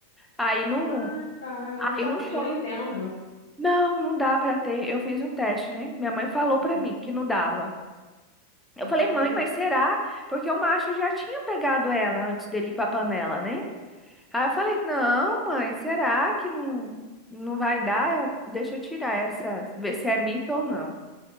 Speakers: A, in the centre; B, on the left.
A: Aí no,
B: Ah, tá.
A: aí
B: Não sabia.
A: no choro,
B: Eu não entendo.
A: não, não dá pra ter. Eu fiz um teste, né? Minha mãe falou
B: Uhum.
A: pra mim que não dava. Eu
B: Entendi.
A: falei, mãe, mas será? Porque o macho já tinha pegado ela antes dele ir pra panela, né? Aí eu falei, não, mãe, será que não, não vai dar? Eu, deixa eu tirar essa, ver se é mito ou não.